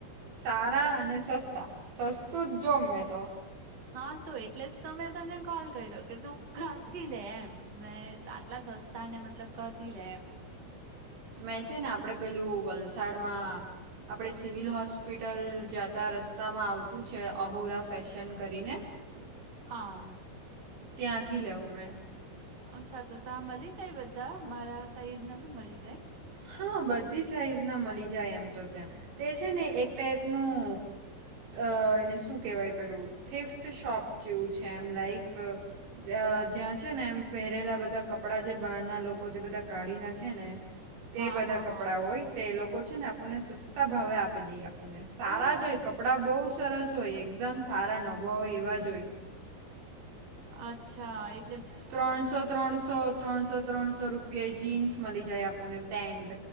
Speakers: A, on the right; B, on the right.
A: સારા અને સસ્તા સસ્તુ જ જોમ મેં તો.
B: હા, તો એટલે જ તો મેં તને કોલ કર્યો કે તું કાથી લે એમ ને આટલા સસ્તા ને મતલબ કાથી લેમ?
A: મેં છે આપળે પેલું વલસાડ માં આપળે સિવિલ હોસ્પિટલ જાતા રસ્ તામાં આવતું છે અહુરા ફેશન કરીને, હા
B: હામ
A: ત્યાંથી લેવું મેં.
B: અચ્છા! તો તા મલી જાય બધા મારા સાઈઝ ના બી મલી જાય?
A: હા બધી સાઈઝના મલી જાય એમ તો ત્યાં તે છે ને એક ટાઈપનું અ એને શું કેવાય પેલું થિફ્ટ શોપ જેવું છે, એમ લાઈક જ્ય જ્યાં છે ને એમ પેરેલા બધા કપળા જે બહારના લોકો જે બધા કાઢી નાખે ને તે
B: હા
A: બધા
B: હા
A: કપળા
B: હા
A: હોય તે એ લોકો છે ને આપુંને સસ્તા ભાવે આપી દેય આપ સારાજ
B: ઓહ
A: હોય કપળા બોવ સરસ હોય એકદમ સારા નવાં હોય એવાજ હોય.
B: અચ્છા એ
A: ત્રણસો ત્રણસો ત્રણસો ત્રણસો રૂપિયે જીન્સ મલી જાય આપુંને પેન્ટ